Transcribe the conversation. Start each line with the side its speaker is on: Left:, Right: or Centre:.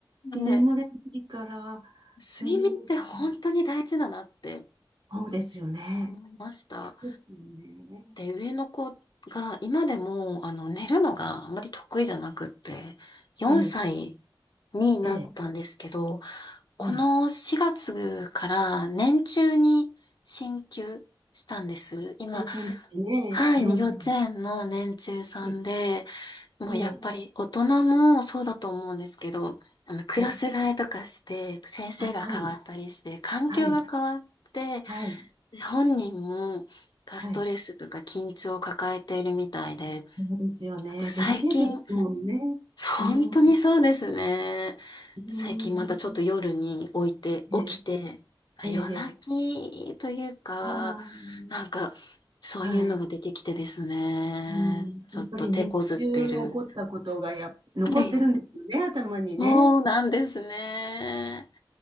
Left: はい。
Right: 眠れないから、
Left: 睡眠って本当に大事だなって
Right: 睡眠とかも。そうですよね。
Left: 思いました。
Right: そうですよね。
Left: で、上の子が今でも、あの、寝るのがあんまり得意じゃなくって、4歳
Right: ええ、
Left: になったんですけど、
Right: ええ、
Left: この4月から年中に進級したんです。
Right: はい。
Left: 今、
Right: 計算ですよね。
Left: はい、
Right: 4歳。
Left: 幼稚園の年中さんで、
Right: ええ、
Left: もうやっぱり大人もそうだと思うんですけど、
Right: え
Left: あの、クラス替えとかして、
Right: え、ええ
Left: 先生が変わったりして、
Right: あ、はい、
Left: 環境が変わって、
Right: はい、はい、
Left: 本人もがストレスとか緊張を抱えているみたいで、
Right: はい。そうですよね。
Left: なんか最近、
Right: デリケートですもんね。
Left: 本当にそうですね。
Right: うん、うん、うん
Left: 最近またちょっと夜に置いて、
Right: ええ、
Left: 起きて、まあ夜泣
Right: ええ、ええ
Left: きというか、
Right: ああ、
Left: なんか、そういうのが出てきてですね、
Right: はい。うん、
Left: ちょっと手こずってる。
Right: やっぱり日中起こったことがやっ、残ってるんですよね、
Left: はい
Right: 頭にね。
Left: そうなんですね。